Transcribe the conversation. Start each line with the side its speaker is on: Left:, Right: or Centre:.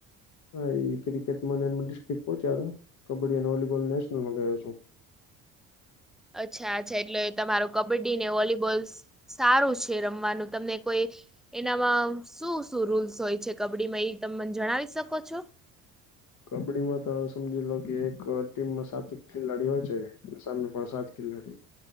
Left: હા એ ક્રિકેટમાં ને એનમાં ડિસ્ટ્રિક પોહોંચ્યા તા. કબડ્ડી અને વોલીબોલ નેશનલમાં ગયો છું.
Centre: અચ્છા આ જે એટલે તમારો કબડ્ડી ને વોલીબોલ સારું છે રમવાનું તમને કોઈ એનામાં શું શું રૂલ્સ હોય છે કબડ્ડીમાં ઈ તમે મને જણાવી શકો છો?
Left: કબડ્ડીમાં તો સમજી લો કે એક ટીમમાં સાત ખેલાડી હો છે. અને સામે પણ સાત ખેલાડી.